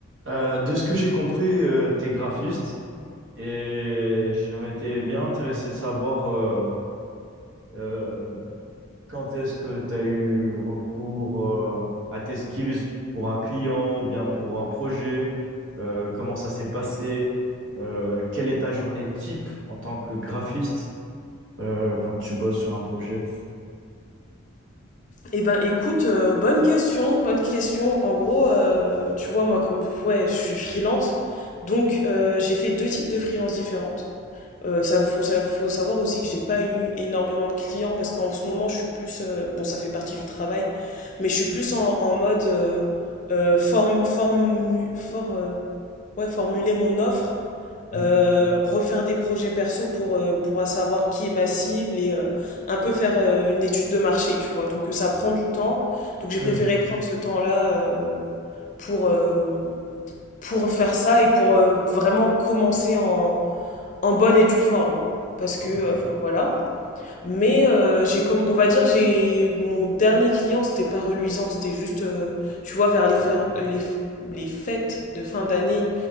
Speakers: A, on the right; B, on the left.
A: Euh, de ce que j'ai compris, euh, t'es graphiste et j'aurais été bien intéressé de savoir euh, euh, quand est-ce que t'as eu recours euh, à tes skills pour un client ou bien pour un projet, euh, comment ça s'est passé, euh, quelle est ta journée type en tant que graphiste euh, quand tu bosses sur un projet.
B: Eh ben écoute, euh, bonne question, bonne question. En gros, euh, tu vois, moi comme ouais, je suis freelance, donc euh, j'ai fait deux types de freelance différentes. Euh, ça, faut, sa- faut savoir aussi que j'ai pas eu énormément de clients parce qu'en ce moment je suis plus, euh, bon ça fait partie du travail, mais je suis plus en, en mode euh, euh, form- formu- for- euh, ouais, formuler mon offre
A: Ouais.
B: euh, refaire des projets perso pour, euh, pour savoir qui est ma cible et euh, un peu faire euh, une étude de marché, tu vois. Donc euh, ça prend du temps. Donc j'ai
A: Hmm.
B: préféré prendre ce temps-là euh, pour, euh, pour faire ça et pour euh, vraiment commencer en, en bonne et due forme. Parce que,
A: Ouais.
B: euh, enfin voilà. Mais euh, j'ai comme, on va dire, j'ai mon dernier client, c'était pas reluisant, c'était juste, euh, tu vois, vers les, fer- les, f- les fêtes de fin d'année